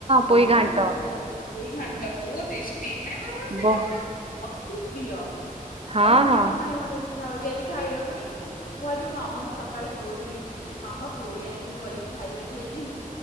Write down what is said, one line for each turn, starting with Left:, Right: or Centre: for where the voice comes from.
Left: ବହୁତ
Right: ପୋଇ ଘାଣ୍ଟ
Left: ଭଲ ଲାଗେ। ପୋଇ ଘାଣ୍ଟ ବହୁତ ଟେଷ୍ଟି। ମାନେ ପୁରା ମୋର ସେଇଟା
Right: ବ-
Left: ପୁରା ଅତି ପ୍ରିୟ।
Right: ହଁ
Left: କହିଦେଲି
Right: ହଁ
Left: ଯେ ମାନେ ମତେ ଇଚ୍ଛା ହଉଚି ଆଜି ଖାଇବା ପାଇଁ। ମୁଁ ଆଜି ମୋ ମାମାଙ୍କୁ ସ ସକାଳେ କହୁଥିଲି ମାମା ପୋଇ ଆଣିକି କରିକି ଖାଇବା କି ଆଜି?